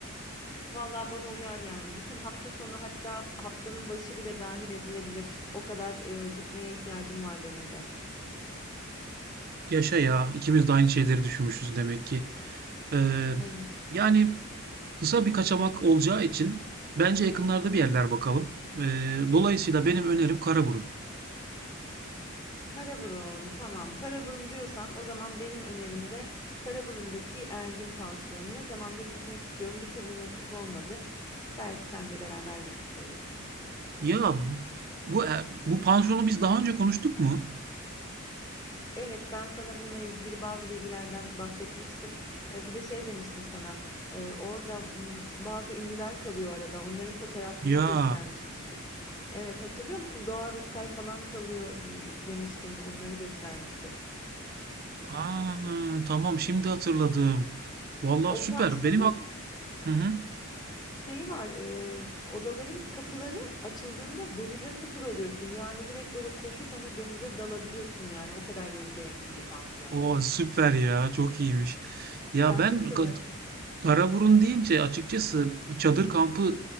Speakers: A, on the left; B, on the right.
A: Vallahi bana uyar yani. Bütün hafta sonu hatta haftanın başı bile dahil edilebilir. O kadar e, gitmeye ihtiyacım var benim de.
B: Yaşa ya ikimiz de aynı şeyleri düşünmüşüz demek ki. E,
A: Evet.
B: yani kısa bir kaçamak olacağı için bence yakınlarda bir yerler bakalım. E, dolayısıyla benim önerim Karaburun.
A: Karaburun tamam. Karaburun diyorsan o zaman benim önerimde Karaburun'daki Ergin Pansiyonu. Ne zamandır gitmek istiyorum bir türlü nasip olmadı. Belki seninle beraber gitmiş oluruz.
B: Ya bu bu, e, bu pansiyonu biz daha önce konuştuk mu?
A: Evet, ben sana bununla ilgili bazı bilgilerden bahsetmiştim. Eee, bir de şey demiştim sana, eee, orada m, bazı ünlüler kalıyor arada, onların fotoğraflarını
B: Ya,
A: göstermiştim. İşte, evet, hatırlıyor musun? Doğa Rutkay falan kalıyor m, demiştim, onları göstermiştim.
B: aa, tamam şimdi hatırladım. Vallahi
A: O
B: süper.
A: pansiyonun
B: Benim ak Hı hı.
A: şeyi var, eee, odaların kapıları açıldığında denize sıfır oluyorsun. Yani direkt böyle koşup hani denize dalabiliyorsun yani, o kadar denize yakın bir pansiyon.
B: Oo, süper ya. Çok iyiymiş. Ya
A: Sen
B: ben
A: çok
B: Ka-
A: seversin.
B: Karaburun deyince açıkçası çadır kampı